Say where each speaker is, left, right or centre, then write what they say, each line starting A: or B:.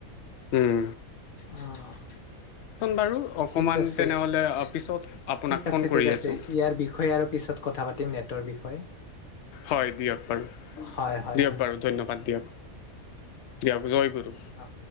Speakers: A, on the left (about 65°); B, on the left (about 80°).
A: হম।
B: অ'
A: বাৰু অকণমান
B: ঠিক আছে,
A: তেনেহ'লে পিছত আপোনাক
B: ঠিক
A: ফোন
B: আছে,
A: কৰি
B: ঠিক আছে
A: আছোঁ
B: ইয়াৰ বিষয়ে আৰু পিছত কথা পাতিম নেটৰ বিষয়ে।
A: হয় দিয়ক বাৰু
B: হয় হয়
A: দিয়ক
B: হয়
A: বাৰু ধন্যবাদ দিয়ক দিয়ক জয় গুৰু।
B: অঁ